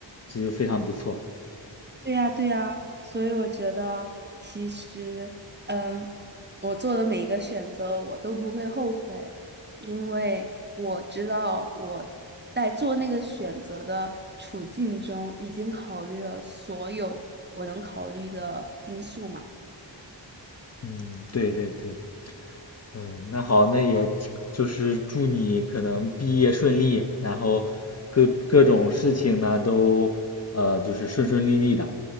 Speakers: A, on the left; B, on the right.
A: 这就非常不错。
B: 对呀，对呀，所以我觉得其实，嗯，我做的每一个选择我都不会后悔，因为我知道我在做那个选择的处境中已经考虑了所有我能考虑的因素嘛。
A: 嗯，对对对，嗯，那好，那也就是祝你可能毕业顺利，然后各各种事情呢都呃就是顺顺利利的。